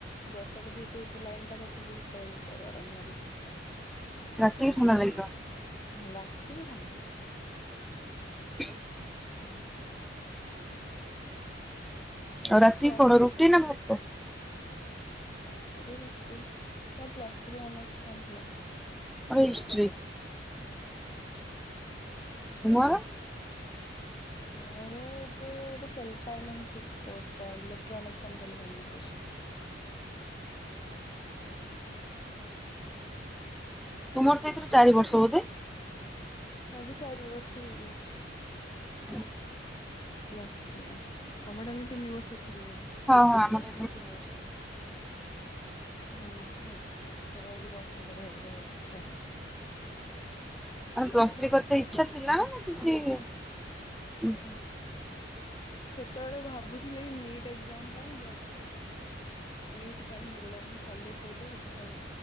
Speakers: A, on the left (about 25°); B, in the centre.
A: ବର୍ଷାଟା ଯେହେତୁ ହଉଛି ଲାଇନ୍‌ ଟା କଟିଚି ସେତେବେଳୁ ତ ଗରମ ଲାଗୁଚି।
B: ରାତି କି ଥଣ୍ଡା ଲାଗିବ।
A: ହୁଁ ରାତିକି ଥଣ୍ଡା ଲାଗିବ।
B: <inaudible>
A: ହୁଁ।
B: ଆଉ ରାତିକି
A: ପ୍ଲସ୍
B: କଣ ରୁଟି ନା ଭାତ?
A: ରାତିରେ ରୁଟି ତମ ପ୍ଲସ୍ ଥ୍ରୀ ଅନର୍ସ କଣ ଥିଲା?
B: ମୋର ହିଷ୍ଟ୍ରି।
A: ଆଚ୍ଛା।
B: ତୁମର।
A: ମୋର ଏବେ ଗୋଟେ ସେଲ୍‌ପାଇନେସି କୋର୍ସଟା ଲେକ୍ଟ୍ରୋନିକ୍ସ ଏଣ୍ଡ ଟେଲିିକମ୍ୟୁନିକେସ୍‌। ହୁଁ।
B: ତୁମର ତ ଏଥିରୁ ଚାରି ବର୍ଷ ବୋଧେ।
A: ହଁ ଏବେ ଚାରି ବର୍ଷ ହେଇଯାଇଛି।
B: ହୁଁ।
A: ପ୍ଲସ ଥ୍ରୀ ଟା ତମ ଟାଇମ୍ ରେ ତିନି ବର୍ଷ ଥିବ ବୋଧେ।
B: ହଁ ହଁ <unintelligible>
A: ଭଲ ଏବେ ତ ଆହୁରି ବର୍ଷେ ପଢିବାକୁ ପଢିବ ଏକ୍ସଟ୍ରା।
B: ପ୍ଲସ୍ ଥ୍ର୍ରୀ କରିତେ ଇଚ୍ଛା ଥିଲା ନା କିଛି
A: ସେତେବେଳେ ଭାବୁଥିଲି ନିଟ୍ ଏକ୍ଜାମ ପାଇଁ ବଟ୍ ନିଟ୍ ପାଇଁ ହେଲାନି କଲେଜ ସହିତ ସେଥିପାଇଁ